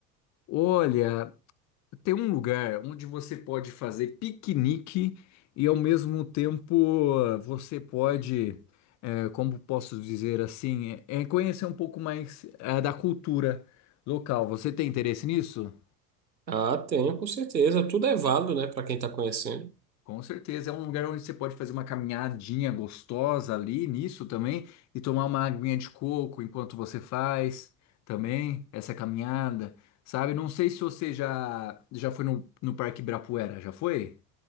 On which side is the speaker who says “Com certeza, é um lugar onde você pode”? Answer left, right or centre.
Left